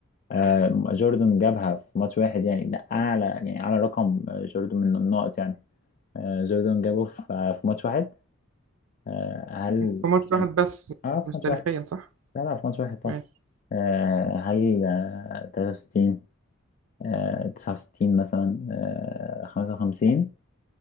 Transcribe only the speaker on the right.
في ماتش واحد
بس
مش
تاريخيا
صح؟
ماشي